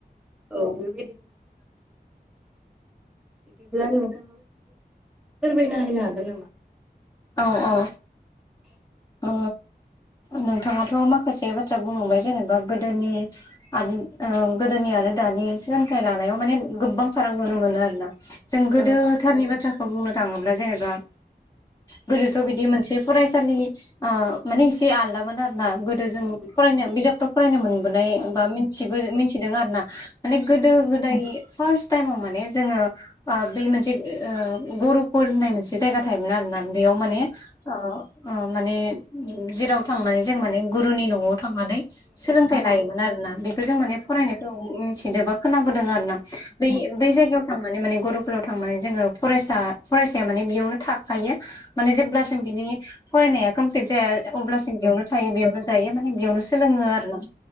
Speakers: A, in the centre; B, on the left.
A: औ बेबायदि बिदिब्ला नोंथां फोरमायनाहैनो हागोन नामा
B: औ औ ओ नोंथाङाथ' माखासे बाथ्रा बुंलांबाय जेनेबा गोदोनि आरो गोदोनि आरो दानि सोलोंथाइ लानायाव माने गोबां फाराग नुनो मोनो आरो ना जों
A: औ नंगौ औ
B: गोदोथारनि बाथ्राखौ बुंनो थाङोब्ला जेनेबा गोदोथ' बिदि मोनसे फरायसालि माने एसे आलदामोन आरोना गोदो
A: औ
B: जों फरायनो बिजाबफोराव फरायनो मोनबोनाय बा मिथिबो मिथिदों आरो ना माने गोदो गोदाय फार्स्ट टाइमाव माने जोङो बे मोनसे गरगल होननाय मोनसे जायगा थायोमोन आरो ना बेयाव माने माने जेराव थांनानै जों माने गुरुनि न'आव थांनानै सोलोंथाइ लायोमोन आरोना बेखौ जों माने फरायनायफ्राव मिथिदों बा खोनोदों आरो ना ब बै जायगायाव माने माने गरफुलाव थांनानै जोङो फरायसा फरायसाया माने बेयावनो थाखायो माने जेब्लासिम बिनि फरायनाया कमप्लिट जाया अब्लासिम बेयावनो थायो बेयाव नो जायो माने बेयावनो सोलोङो आरो ना